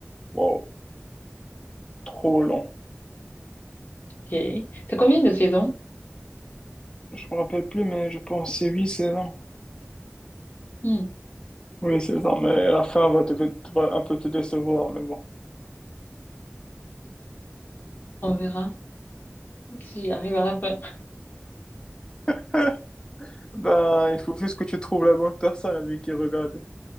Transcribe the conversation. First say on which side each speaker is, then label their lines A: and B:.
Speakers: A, on the left; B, on the left.
A: Wow, trop long.
B: Ok. C'est combien de saisons?
A: Je me rappelle plus, mais je pense que c'est 8 saisons.
B: Hmm,
A: Oui, c'est ça, mais la fin va, te, va un peu te décevoir, mais bon.
B: on verra si j'arrive à la fin.
A: <laughs> Ben, il faut juste que tu trouves la bonne personne avec qui regarder.